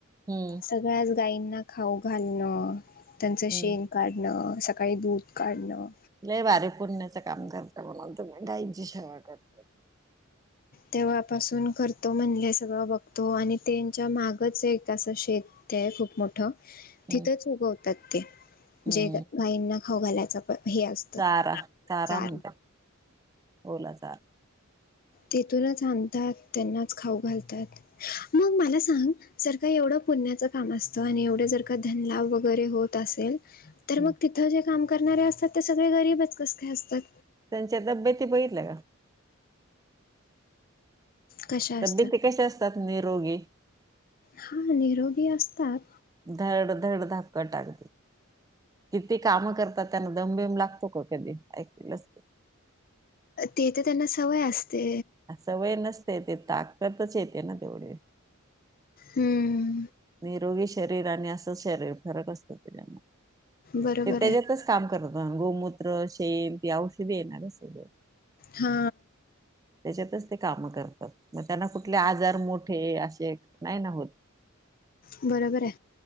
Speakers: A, on the right; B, on the left.
A: हम्म.
B: सगळ्याच गायींना खाऊ घालणं, त्यांचं शेण
A: हम्म
B: काढणं स काही दूध काढणं
A: लय भारी पुण्याचं काम करता तुम्ही गाईची सेवा करत
B: तेव्हापासून करतो म्हणले सगळं बघतो आणि त्यांच्या मागंच एक असं शेत ते खूप मोठं
A: हम्म
B: तिथंच उगवतात ते
A: हम्म
B: जे गाईंना खाऊ घालायच हे असत, चार
A: चारा चारा
B: चार
A: म्हणतात ओला चारा
B: तेथूनच आणतात त्यांनाच खाऊ घालतात मग मला सांग जर का एवढं पुण्याचं काम असतं आणि एवढे जर का धनलाभ वगैरे होत असेल तर
A: हम्म.
B: मग तिथं जे काम करणारे असतात ते सगळे गरीबच कस काय असतात
A: त्यांच्या तब्येती बघितल्या का
B: कशा
A: तब्येती
B: असतात?
A: कसे असतात, निरोगी
B: हा निरोगी असतात
A: धड धड धाकट अगदी किती काम करतात त्यांना दमबीम लागतो का कधी ऐकलस
B: ते तर त्यांना सवय असते.
A: का? सवय नसते ते ताकतच येते ना तेवढी
B: हम्म.
A: निरोगी शरीर आणि असं शरीर फरक असत त्याच्यामधे.
B: बरोबर
A: ते त्याच्यातच
B: आहे.
A: काम करत गोमूत्र शन औषधी ये ना का सगळ
B: हा
A: त्याच्यातच ते कामं करतात मग त्यांना कुठले आजार मोठे असे नाही ना होत
B: बरोबर आहे